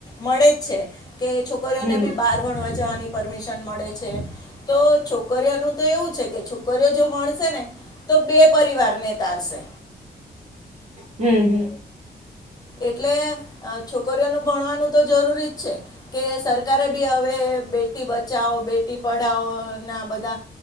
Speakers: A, on the left; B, on the right.
A: મળે જ છે કે છોકરીઓને
B: હમ
A: બી બહાર ભણવા જવાની પરમિશન મળે છે તો છોકરીઓનું તો એવું છે કે છોકરીઓ જો મળશે ને તો બે પરિવાર ને તારશે
B: હમ હમ
A: એટલે છોકરીઓનું ભણવાનું તો જરૂરી જ છે કે સર સરકારે બી હવે બેટી બચાવો બેટી પઢાાવો ના બધા